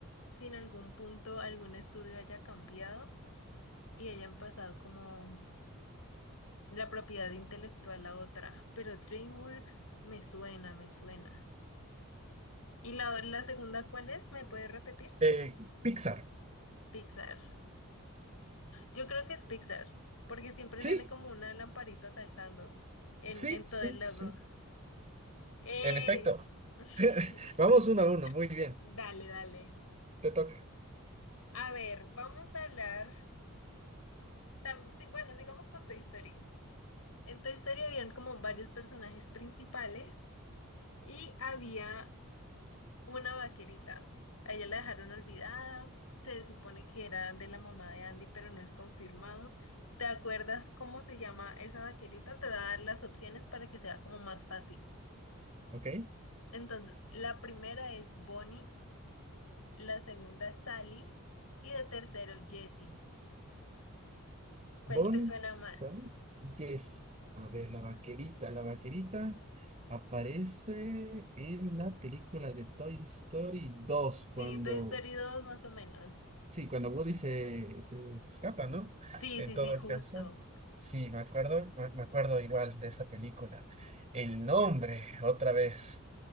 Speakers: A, on the left; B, on the right.
A: si en algún punto algún estudio haya cambiado y hayan pasado como la propiedad intelectual a otra, pero DreamWorks me suena, me suena. ¿Y la, la segunda cuál es? ¿Me puedes repetir?
B: Eh, Pixar.
A: Pixar. Yo creo que es Pixar, porque siempre
B: Sí,
A: sale como una lamparita saltando en,
B: sí,
A: en
B: sí,
A: todo el logo.
B: sí.
A: ¡Eh!
B: En efecto.
A: <laughs>
B: <laughs> Vamos uno a uno, muy bien.
A: Dale, dale.
B: Te toca.
A: A ver, vamos a hablar. tam- sí, bueno, sigamos con Toy Story. En Toy Story habían como varios personajes principales y había una vaquerita. A ella la dejaron olvidada. Se supone que era de la mamá de Andy, pero no es confirmado. ¿Te acuerdas cómo se llama esa vaquerita? Te voy a dar las opciones para que sea como más fácil.
B: ¿Ok?
A: Entonces, la primera es Bonnie, la segunda es Sally y de tercero Jessie. ¿Cuál
B: Bonnie,
A: te suena
B: Sally,
A: más?
B: Jessie. A ver, la vaquerita. La vaquerita aparece en la película de Toy Story dos cuando,
A: Sí, Toy Story 2 más o menos.
B: sí, cuando Woody se, se- se escapa, ¿no?
A: Sí,
B: En
A: sí,
B: todo
A: sí, justo.
B: caso, sí, me acuerdo, me me acuerdo igual de esa película. El nombre, otra vez,